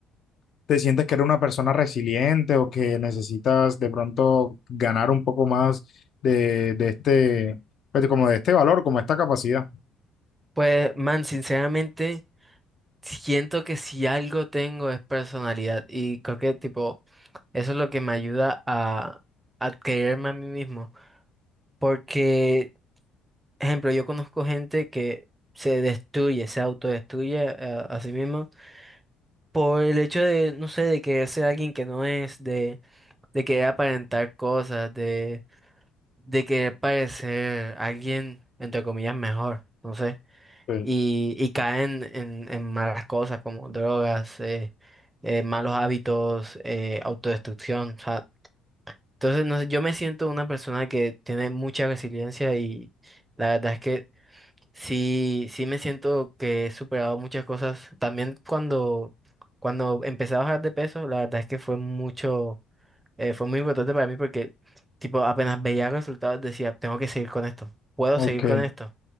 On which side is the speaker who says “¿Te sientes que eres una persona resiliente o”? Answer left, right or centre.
Left